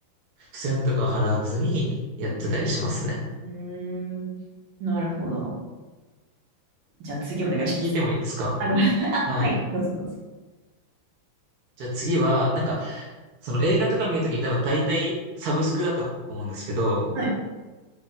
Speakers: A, on the right; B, on the right.
A: 付箋とか貼らずにやってたりしますね。
B: う。うーん。なるほど。じゃあ次お願いします。
A: 他に聞いてもいいですか
B: あ、ごめんなさい。あ、
A: はい。
B: はい。どうぞどうぞ。
A: じゃあ次は、なんか、その映画とか見るときに多分大体サブスクだと思うんですけど、
B: はい。